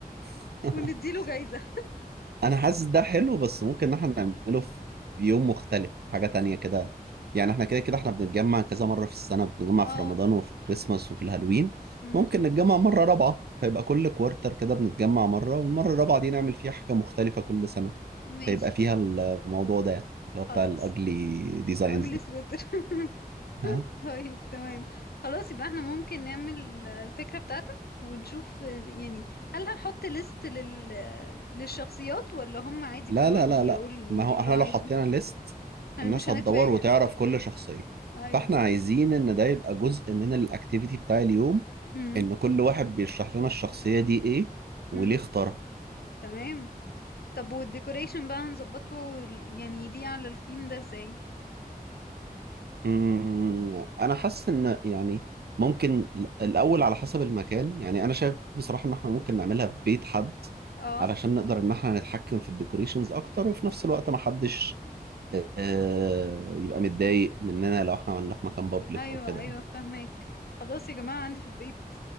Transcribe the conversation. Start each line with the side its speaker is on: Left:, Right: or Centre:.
Right: <laughs>
Left: ونديله جايزة
Right: أنا حاسس ده حلو بس ممكن إن إحنا نعمله في يوم مختلف حاجة تانية كده يعني إحنا كده كده إحنا بنتجمع كذا مرة في السنة بنتجمع
Left: اه
Right: في رمضان وفي كريسماس وفي الهالوين
Left: امم
Right: ممكن نتجمع مرة رابعة فيبقى كل كوارتر كده بنتجمع مرة والمرة الرابعة دي نعمل فيها حاجة مختلفة كل سنة
Left: ماشي
Right: هيبقى فيها الموضوع ده اللي
Left: خلاص
Right: هو بتاع الاجلي ديزاينز
Left: اجلي
Right: ده
Left: سويتر <laughs>
Right: ها
Left: طيب تمام خلاص يبقى احنا ممكن نعمل الفكرة بتاعتك ونشوف يعني هل هنحط ليست لل... للشخصيات ولا هم عادي
Right: لا
Left: كل
Right: لا
Left: واحد
Right: لا
Left: يقول
Right: لا
Left: يجيب
Right: ما هو
Left: اللي
Right: احنا
Left: هو عايزه
Right: لو حطينا ليست
Left: هن
Right: الناس
Left: مش هنتفاجئ
Right: هتدور وتعرف كل شخصية
Left: ايوه
Right: فاحنا عايزين ان ده يبقى جزء من الاكتيفيتي بتاع اليوم
Left: امم
Right: ان كل واحد بيشرح لنا الشخصية دي ايه وليه
Left: امم
Right: اختارها
Left: تمام طب والديكوريشن بقى هنظبطه ال- يعني ليه على الثيم ده ازاي
Right: أمم، انا حاسس ان يعني ممكن الاول على حسب المكان يعني انا شايف بصراحة ان احنا ممكن نعملها في بيت حد
Left: اه
Right: علشان نقدر ان احنا نتحكم في الديكوريشنز اكتر وفي نفس الوقت ما حدش آه، يبقى متضايق مننا لو احنا عملناه في مكان بابليك
Left: ايوه
Right: او كده
Left: ايوه
Right: يعني
Left: فهمك خلاص يا جماعة عندي في البيت